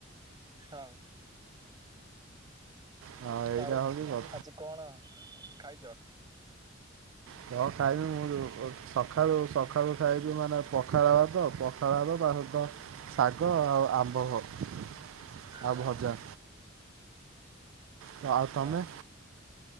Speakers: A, on the right; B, on the right.
A: ହଁ
B: ହଁ ଏଇଟା
A: ଆଉ
B: ହଉଛି କଥା।
A: ଆଜି କଣ ଖାଇଛ?
B: କଣ ଖାଇବି ମୁଁ ଯୋଉ ଓ ସକାଳୁ ସକାଳୁ ଖାଇକି ମାନେ ପଖାଳ ଭାତ ପଖାଳ ଭାତ ତା ସହିତ ଶାଗ ଆଉ ଆମ୍ବ ଆଉ
A: ହଁ
B: ଭଜା। ତ ଆଉ ତମେ?
A: ହଁ